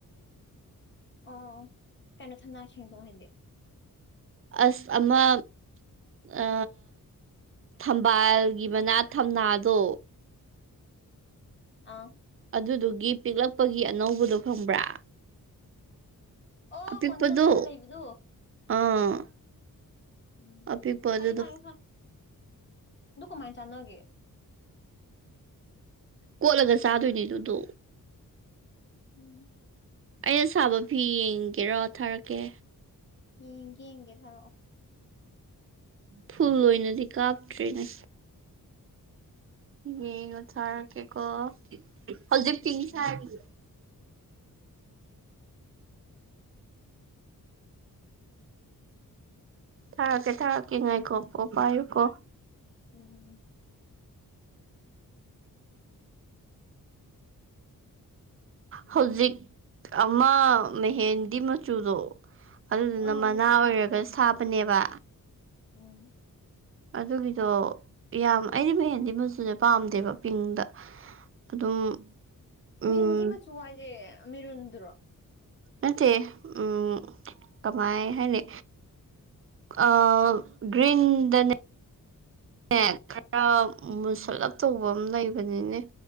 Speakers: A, on the left; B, on the right.
A: ꯑꯣ ꯀꯩꯅꯣ ꯊꯝꯅꯥ ꯈꯦꯟꯖꯣꯡꯗꯣ ꯍꯥꯏꯗꯤ꯫
B: ꯑꯁ ꯑꯃ ꯑ ꯊꯝꯕꯥꯜꯒꯤ ꯃꯅꯥ ꯊꯝꯅꯥꯗꯣ꯫
A: ꯑꯥ꯫
B: ꯑꯗꯨꯗꯨꯒꯤ ꯄꯤꯛꯂꯛꯄꯒꯤ ꯑꯅꯧꯕꯗꯣ ꯈꯪꯕ꯭ꯔꯥ꯫
A: ꯑꯣ
B: ꯑꯄꯤꯛꯄꯗꯣ
A: ꯀꯣꯟꯖꯤꯜꯂꯒ ꯂꯩꯕꯗꯨ
B: ꯑꯥ
A: ꯎꯝ꯫ ꯎꯝ
B: ꯑꯄꯤꯛꯄ
A: ꯈꯉꯦ
B: ꯑꯗꯨꯗꯣ
A: ꯈꯉꯦ ꯈꯪ ꯑꯗꯨ ꯀꯃꯥꯏꯟ ꯆꯥꯟꯅꯒꯦ꯫
B: ꯀꯣꯠꯂꯒ ꯆꯥꯗꯣꯏꯅꯦ ꯑꯗꯨꯗꯣ꯫
A: ꯎꯝ꯫
B: ꯑꯩꯅ ꯁꯥꯕ ꯐꯤ ꯌꯦꯡꯒꯦꯔꯣ ꯊꯥꯔꯛꯀꯦ꯫
A: ꯌꯦꯡꯒꯦ ꯌꯦꯡꯒꯦ ꯊꯥꯔꯛꯑꯣ꯫
B: ꯐꯨꯜ ꯑꯣꯏꯅꯗꯤ ꯀꯥꯞꯇ꯭ꯔꯦꯅꯦ꯫ ꯌꯦꯉꯣ ꯊꯔꯛꯀꯦꯀꯣ ꯍꯧꯖꯤꯛ
A: ꯎꯝ
B: ꯄꯤꯡ ꯁꯥꯔꯤꯌꯦ꯫ ꯊꯥꯔꯛꯀꯦ ꯊꯥꯔꯛꯀꯦ ꯉꯥꯏꯈꯣꯀꯣ ꯄꯥꯏꯌꯨꯀꯣ꯫
A: ꯎꯝ꯫
B: ꯍꯧꯖꯤꯛ ꯑꯃ ꯃꯦꯍꯦꯟꯗꯤ ꯃꯆꯨꯗꯣ꯫ ꯑꯗꯨꯗꯨꯅ
A: ꯑꯥ
B: ꯃꯅꯥ ꯑꯣꯏꯔꯒ ꯁꯥꯕꯅꯦꯕ꯫
A: ꯎꯝ꯫
B: ꯑꯗꯨꯒꯤꯗꯣ ꯌꯥꯝ ꯑꯩꯗꯤ ꯃꯍꯦꯟꯗꯤ ꯃꯆꯨ ꯁꯦ ꯄꯥꯝꯗꯦꯕ ꯄꯤꯡꯗ꯫ ꯑꯗꯨꯝ ꯎꯝ
A: ꯃꯍꯦꯟꯗꯤ ꯃꯆꯨ ꯍꯥꯏꯁꯦ ꯃꯤꯔꯨꯟꯗꯨꯔꯣ꯫
B: ꯅꯠꯇꯦ ꯎꯝ ꯀꯃꯥꯏ ꯍꯥꯏꯅꯤ꯫ ꯑ ꯒ꯭ꯔꯤꯟꯗꯅꯦ ꯅꯦ ꯈꯔ ꯃꯨꯁꯜꯂꯞ
A: ꯎꯝ
B: ꯇꯧ ꯕꯝ ꯂꯩꯕꯅꯤꯅꯦ